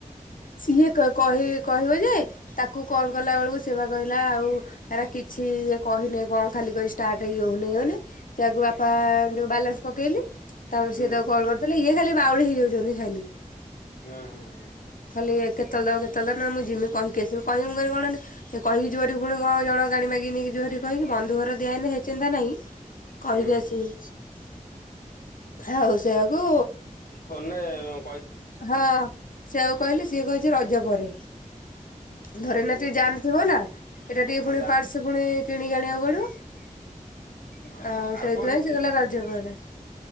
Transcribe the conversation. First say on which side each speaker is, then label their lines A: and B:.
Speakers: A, on the left; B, on the left.
A: ସିଏ କହି କହିବ ଯେ ତାକୁ କଲ କଲା ବେଳକୁ ସେବା କହିଲା ଆଉ ହେରା କିଛି ଇଏ କହିଲେ କଣ ଖାଲି କହି ଷ୍ଟାର୍ଟ ଇଏ ହଉନି ଇଏ ହଉନି ସେଇଆକୁ ବାପା ଯୋଉ ବାଲାନ୍ସ ପକେଇଲି ତାପରେ
B: ହୁଁ
A: ସିଏ ତାକୁ କଲ କରିଥିଲେ ଇଏ ଖାଲି ବାଉଳି ହେଇଯାଉଛନ୍ତି ଖାଲି
B: ହୁଁ ହୁଁ ହୁଁ
A: ଖାଲି କେତେଵେଳେ ଦବ କେତବେଳେ ଦବ ନା ମୁଁ ଯିମି କହିକି ଆସିବି କହିହିବଁ କଣ କହିକି ଯୋଅଠି ପୁଣି କଣ ଜଣଙ୍କ ଗାଡି ମାଗି ନେଇକି ଯଉଠି କହିକି ବନ୍ଧୁ ଘର ଦିଆଇନ ହେଚିନ୍ତା ନାହିଁ। କହିକି
B: ହୁଁ
A: ଆସିବି ଆଉ ସେଆକୁ
B: ଫନେ
A: ହଁ ସେ ଆଉ କହିଲେ ସିଏ କହିଛି ରଜ ପରେ ଧରିନା
B: ହୁଁ
A: ଟିକେ
B: ହୁଁ
A: ଜାମ୍ ଥିବ ନା ଏଇଟା ଟିକେ
B: ହଁ
A: ପୁଣି
B: ଯା
A: ପାଟର୍ସ ପୁଣି କିଣିକି ଆଣିବାକୁ ପଡିବ।
B: ହଁ
A: ଆଉ ସେଇଥିପାଇଁ
B: କଣ ହେଇଛି
A: ସେକହିଲା ରଜ ପରେ